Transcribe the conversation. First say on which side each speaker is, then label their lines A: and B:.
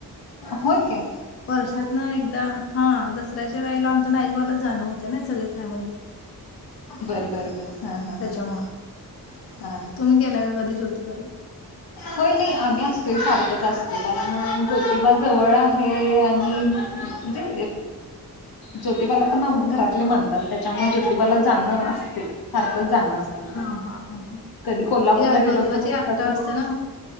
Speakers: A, on the left (about 80°); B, on the left (about 40°).
A: होय की
B: वर्षातन एकदा हा दस दसऱ्याच्या वेळेला आमचं नाईकबारला जाणं होतं ना सगळे फॅमिली
A: बर-बर-बर हा-हा-हा-हा.
B: त्याच्यामुळे तुम्ही गेला का कधी ज्योतिबाला
A: होय नाही आम्ही असतोय, सारखंच असत कारण ज्योतिबा जवळ आहे. आणि म्हणजे ज्योतिबाला पण घरातले म्हणतात. त्याच्यामुळे ज्योतिबाला जाणं असते सारखंच जाणं असते
B: हा-हा ह-ह
A: कधी कोल्हापूरला
B: या ज्योतिवाची
A: गेलो तर
B: यात्रा
A: तसच
B: असते ना